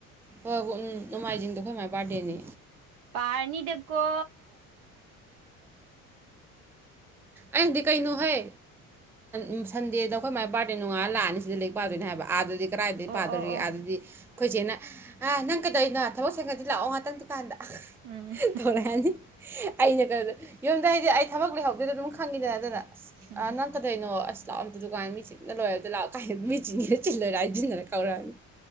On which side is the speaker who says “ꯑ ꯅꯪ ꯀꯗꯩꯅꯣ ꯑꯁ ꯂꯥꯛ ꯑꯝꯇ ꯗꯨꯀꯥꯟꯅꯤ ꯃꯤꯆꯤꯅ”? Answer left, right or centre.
Centre